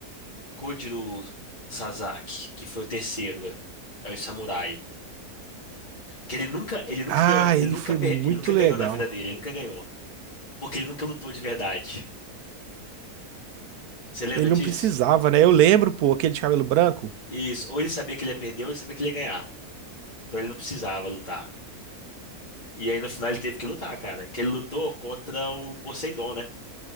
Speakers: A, on the left; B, on the right.
A: Kojiro Sasaki, que foi o terceiro. É é o samurai. Que ele nunca, ele nunca
B: Ah,
A: ganhou, ele
B: ele
A: nunca,
B: foi
A: per-
B: muito
A: ele nunca
B: legal.
A: ganhou na vida dele, ele nunca ganhou. Porque ele nunca lutou de verdade. Você lembra
B: Ele não
A: disso?
B: precisava, né? Eu lembro, pô, aquele de cabelo branco.
A: Isso. Ou ele sabia que ele ia perder, ou ele sabia que ele ia ganhar. Então ele não precisava lutar. E aí no final ele teve que lutar, cara. Que ele lutou contra o Poseidon, né?